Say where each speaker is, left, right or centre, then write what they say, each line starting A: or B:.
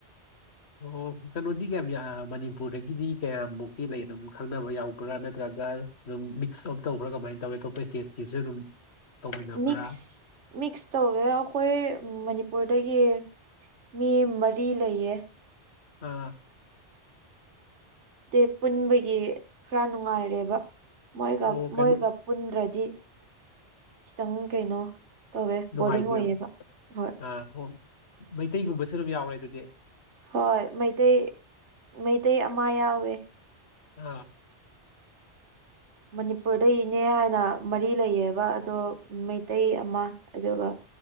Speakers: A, on the left (about 70°); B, on the right (about 90°).
A: ꯑꯣ ꯀꯩꯅꯣꯗꯤ ꯀꯌꯥꯝ ꯃꯅꯤꯄꯨꯔꯗꯒꯤꯗꯤ ꯀꯌꯥꯃꯨꯛꯀꯤ ꯂꯩ ꯑꯗꯨꯝ ꯈꯪꯅꯕ ꯌꯥꯎꯕ꯭ꯔꯥ ꯅꯠꯇ꯭ꯔꯒꯅ ꯑꯗꯨ ꯃꯤꯛꯁ ꯑꯞ ꯇꯧꯕ꯭ꯔꯥ ꯀꯃꯥꯏꯅ ꯇꯧꯋꯦ ꯑꯇꯣꯞꯄ ꯏꯁꯇꯦꯠꯀꯤꯁꯨ ꯑꯗꯨꯝ ꯇꯧꯃꯤꯟꯅꯕ꯭ꯔꯥ
B: ꯃꯤꯁ ꯃꯤꯛꯁ ꯇꯧꯋꯦ ꯑꯩꯈꯣꯏ ꯃꯅꯤꯄꯨꯔ ꯑꯗꯒꯤ ꯃꯤ ꯃꯔꯤ ꯂꯩꯌꯦ
A: ꯑꯥ
B: ꯗ ꯄꯨꯟꯕꯒꯤ ꯈꯔ ꯅꯨꯡꯉꯥꯏꯔꯦꯕ ꯃꯣꯏꯒ
A: ꯑꯣ ꯀꯩꯅꯣ
B: ꯃꯣꯏꯒ ꯄꯨꯟꯗ꯭ꯔꯗꯤ ꯈꯤꯇꯪ ꯀꯩꯅꯣ ꯇꯧꯋꯦ
A: ꯅꯨꯡꯉꯥꯏꯇꯦꯕ
B: ꯕꯣꯔꯗꯤꯡ ꯑꯣꯏꯌꯦꯕ ꯍꯣꯏ
A: ꯑꯥ ꯑꯣ ꯃꯩꯇꯩꯒꯨꯝꯕꯁꯨ ꯑꯗꯨꯝ ꯌꯥꯎꯔꯦ ꯑꯗꯨꯗꯤ
B: ꯍꯣꯏ ꯃꯩꯇꯩ ꯃꯩꯇꯩ ꯑꯃ ꯌꯥꯎꯋꯦ
A: ꯑꯥ
B: ꯃꯅꯤꯄꯨꯔꯗꯒꯤꯅꯦ ꯍꯥꯏꯅ ꯃꯔꯤ ꯂꯩꯌꯦꯕ ꯑꯗꯣ ꯃꯩꯇꯩ ꯑꯃ ꯑꯗꯨꯒ